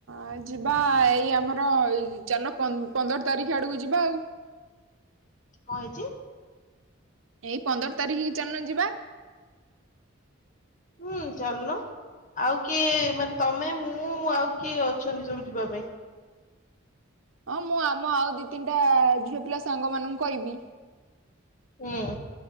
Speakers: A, on the right; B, on the left.
A: ଆ ଯିବା ଏଇ ଆମର ଏଇ ଚାଲୁନ ପନ୍ଦର ତାରିଖ ଆଡକୁ ଯିବା ଆଉ।
B: କଣ ହେଇଛି?
A: ଏଇ ପନ୍ଦର ତାରିଖ କି ଚାଲୁନ ଯିବା
B: ହୁଁ ଚାଲୁନ। ଆଉ କିଏ ମାନେ ତମେ ମୁଁ ଆଉ କିଏ ଅଛନ୍ତି ସବୁ ଯିବା ପାଇଁ?
A: ହଁ ମୁଁ ଆମ ଆଉ ଦି ତିନିଟା ଝିଅ ପିଲା ସାଙ୍ଗ ମାନଙ୍କୁ କହିବି।
B: ହୁଁ।